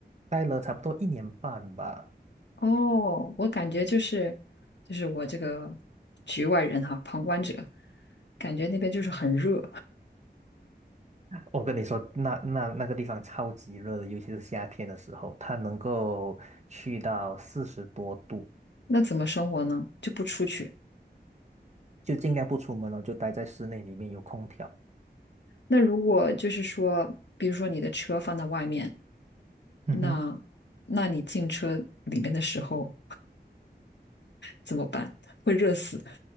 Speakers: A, on the right; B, on the left.
A: 待了差不多一年半吧。
B: 哦，我感觉就是就是我这个局外人哈，旁观者，感觉那边就是很热，
A: 我跟你说，那那那个地方超级热的，尤其是夏天的时候，它能够去到四十多度，
B: <laughs> 那怎么生活呢？就不出去。
A: 就尽量不出门哦，就待在室内里面有空调。
B: 那如果就是说，比如说你的车放在外面，
A: 嗯哼。
B: 那那你进车里面的时候怎么办？会热死。